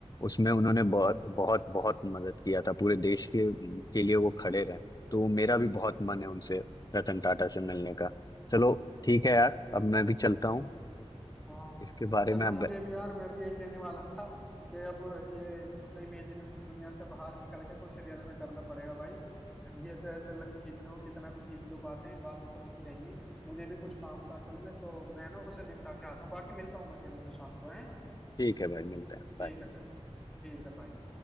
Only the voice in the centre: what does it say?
हाँ
असल
में
मुझे भी यार मैं भी यही कहने वाला था कि अब ये मतलब इमेजिनरी दुनिया से बाहर निकल के कुछ रियल में करना पड़ेगा भाई ये तो ऐसे लग, खींचना हो कितना भी खींच लो बातें बातें तो होती रहेंगी मुझे भी कुछ काम था असल में तो मैं ना उसे निपटा के आता हूँ बाकी मिलता हूँ मैं तेरे से शाम को है
ठीक
है चल ठीक है भाई